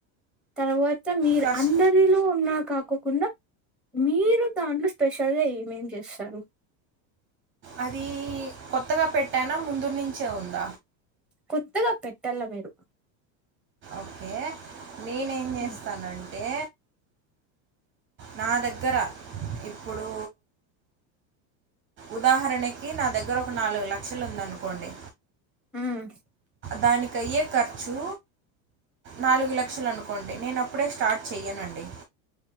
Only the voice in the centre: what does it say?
తర్వాత్ తర్వాత మీరు
అందరిలో ఉన్నా కాకోకుండా మీరు దాంట్లో స్పెషల్ గ ఏమేం చేస్తరు
కొత్తగా పెట్టాలా మీరు
హు
హమ్